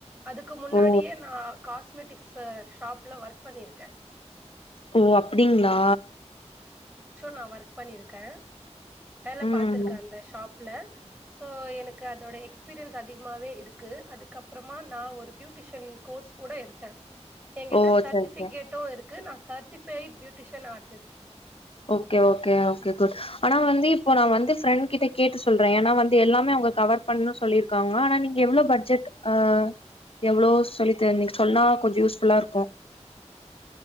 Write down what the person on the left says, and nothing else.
ஓ
ஓ அப்டிங்களா
ம்
ஓ
செரி செரி
ஓகே கே ஓகே குட் ஆனா வந்து இப்போ நான் வந்து ஃப்ரெண்ட் கிட்ட கேட்டு சொல்றேன் ஏன்னா வந்து எல்லாமே அவங்க கவர் பண்ணனு சொல்லியிருக்காங்க ஆனா நீங்க எவ்வளவு பட்ஜெட் ஆஹ் எவ்வளோ சொல்லி நீ சொன்னா கொஞ்சம் யூஸ்ஃபுல்லா இருக்கும்